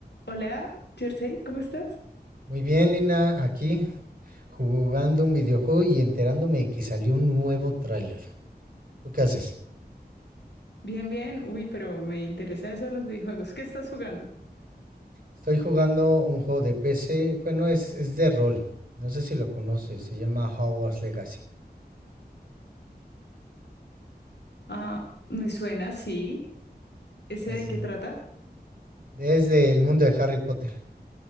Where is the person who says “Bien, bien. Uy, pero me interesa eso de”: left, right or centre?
Left